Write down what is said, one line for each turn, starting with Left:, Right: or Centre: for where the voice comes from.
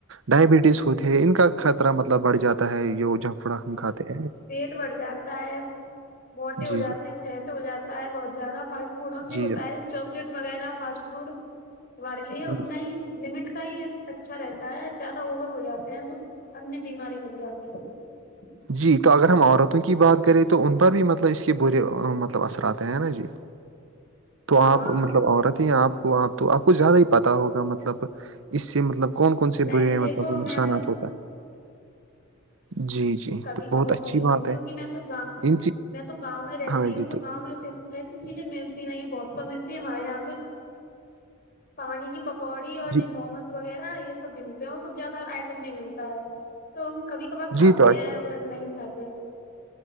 Right: ڈائبٹیز ہوتی ہے ان کا خطرہ مطلب بڑھ جاتا ہے یہ جنک پوڑا ہم کھاتے ہیں
Left: ریٹ بڑھ جاتا ہے <unintelligible> موٹے ہو
Right: جی
Left: جاتے
Right: جی
Left: ہیں فیٹ ہو جاتا ہے بہت زیادہ فھل فوٹوں سے
Right: جی
Left: ہوتا
Right: جناب
Left: ہے چواکلیٹ وغیرہ فاسٹ فوڈ ہمارے لیے اتنا
Right: جی جی
Left: ہی لمٹ کا ہی اچھا رہتا ہے زیادہ اوور ہو جاتے ہیں تو انیہ بیماری بن جاتی ہے ہ <inaudible>
Right: جی تو اگر ہم عورتوں کی بات کریں تو ان پر بھی مطلب اس کے برے مطلب اثر آتے ہیں ہے نا جی تو آپ
Left: ہاں
Right: مطلب عورت ہیں آپ کو آپ تو آپ کو زیادہ ہی پتتا ہوگا مطلب اس سے مطلب کون کون سے
Left: نہیں
Right: برے
Left: دیکھو
Right: مطلب کوئی نقصانات
Left: میں
Right: ہوتا ہے جی جی
Left: کبھیب
Right: تو بہت
Left: دو
Right: اچھی
Left: مہینے
Right: بات
Left: کیونکہ
Right: ہے
Left: میں تو گاؤ
Right: ان چی
Left: <inaudible> میں تو گاؤں میں رہتی
Right: ہاں
Left: ہوں
Right: جی
Left: تو گاؤں میں ایسی چیزیں ملتی ن بہت کم ملتی ہے ہمارے یہاں تو پانی کی پ پڑی اور یہ
Right: جی
Left: موموس وغیرہ یہ سب نہیں ملتے ہیں اور کچھ زیادہ آئٹم نہیں ملتا ہے تو ہم کبھی کبار کھاتے
Right: جی تو
Left: ہیں نہیں کھاتے